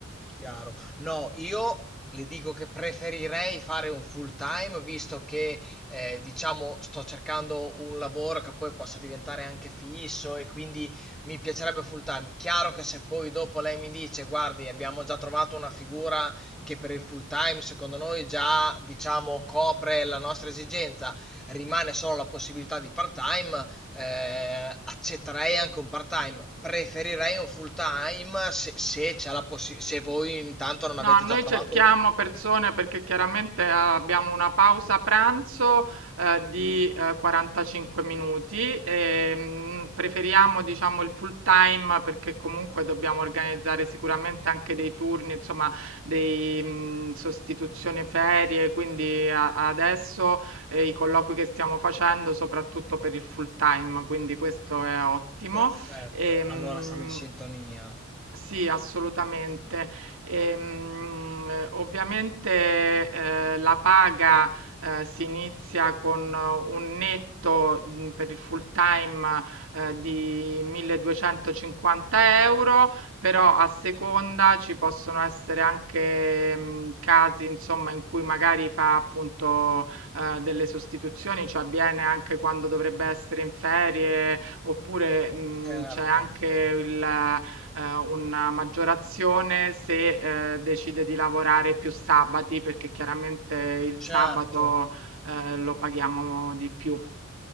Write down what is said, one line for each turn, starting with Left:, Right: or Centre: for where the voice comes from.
Centre: Chiaro. No, io le dico che preferirei fare un full time, visto che eh, diciamo sto cercando un lavoro che poi possa diventare anche fisso e quindi mi piacerebbe full time. Chiaro che se poi dopo lei mi dice, guardi, abbiamo già trovato una figura che per il full time secondo noi già diciamo copre la nostra esigenza, rimane solo la possibilità di part time, eh, accetterei anche un part-time, preferirei un full-time se, se c'è la possi- se voi intanto non
Right: No,
Centre: avete
Right: noi
Centre: già trovato.
Right: cerchiamo persone perché chiaramente eh, abbiamo una pausa pranzo eh, di eh, 45 minuti e mm, preferiamo diciamo il full time perché comunque dobbiamo organizzare sicuramente anche dei turni, insomma, dei mm, sostituzioni ferie, quindi a- adesso eh, i colloqui che stiamo facendo soprattutto per il full time, quindi questo è ottimo.
Centre: Perfetto,
Right: E, mm,
Centre: allora siamo in sintonia.
Right: sì, assolutamente. Ehm, eh, ovviamente, ehm, la paga, ehm, si inizia con un netto, mhmm, per il full time, ehm, di 1.250 €, però a seconda ci possono essere anche, mhmm, casi insomma in cui magari fa appunto, ehm, delle sostituzioni, cioè viene anche quando dovrebbe essere in ferie, oppure, mhmm,
Centre: Certo,
Right: c'è anche il ehm, una maggiore azione se, ehm, decide di lavorare più sabati, perché chiaramente il
Centre: certo.
Right: sabato, ehm, lo paghiamo di più.